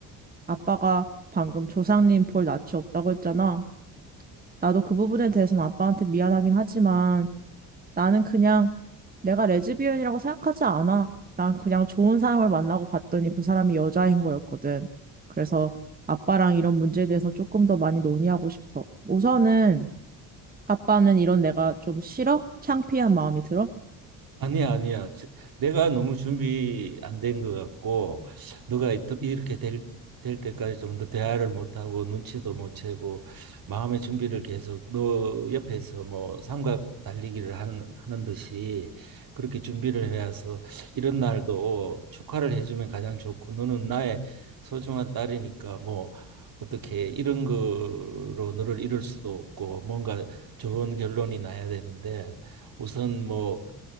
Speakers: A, on the right; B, on the right.
A: 아빠가 방금 조상님 볼 낯이 없다고 했잖아. 나도 그 부분에 대해서는 아빠한테 미안하긴 하지만 나는 그냥 내가 레즈비언이라고 생각하지 않아. 난 그냥 좋은 사람을 만나고 봤더니 그 사람이 여자인 거였거든. 그래서 아빠랑 이런 문제에 대해서 조금 더 많이 논의하고 싶어. 우선은 아빠는 이런 내가 좀 싫어? 창피한 마음이 들어?
B: 아니야, 아니야. 지- 내가 너무 준비 안 된 것 같고, 너가 이- 이렇게 될, 될 때까지 좀 더 대화를 못하고, 눈치도 못 채고, 마음의 준비를 계속 너 옆에서 뭐 삼각 달리기를 하는, 하는 듯이 그렇게 준비를 해서 이런 날도 축하를 해주면 가장 좋고, 너는 나의 소중한 딸이니까 뭐 어떻게 이런 거로 너를 잃을 수도 없고, 뭔가 좋은 결론이 나야 되는데, 우선 뭐